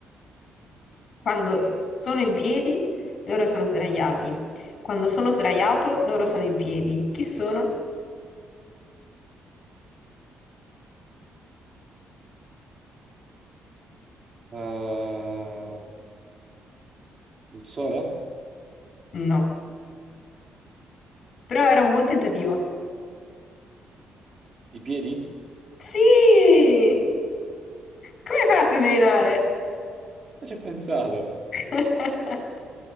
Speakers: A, on the left; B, on the right.
A: Quando
B: Mm.
A: sono in piedi, loro sono sdraiati. Quando sono sdraiato, loro sono in piedi. Chi sono?
B: Eh, il sole?
A: No. Però era un buon tentativo.
B: I piedi?
A: Sì! Come hai fatto a indovinare?
B: Non ci ho pensato.
A: <laughs>